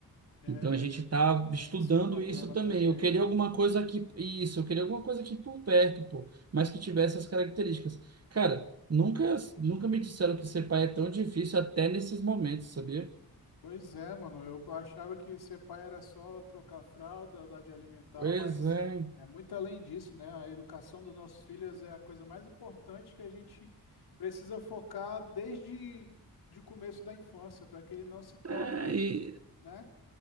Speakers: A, on the left (about 85°); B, on the right (about 40°).
A: É,
B: Então a gente tá estudando
A: tem esse problema
B: isso também.
A: também,
B: Eu queria
A: né?
B: alguma coisa aqui, isso, eu queria alguma coisa aqui por perto, pô, mas que tivesse essas características. Cara, nunca nunca me disseram que ser pai é tão difícil até nesses momentos, sabia?
A: Pois é, mano. Eu achava que ser pai era só trocar fralda, dar de alimentar,
B: Pois
A: mas
B: é.
A: é muito além disso, né? A educação dos nossos filhos é a coisa mais importante que a gente precisa focar desde de o começo da infância, para que ele não se torne,
B: É, e-
A: né?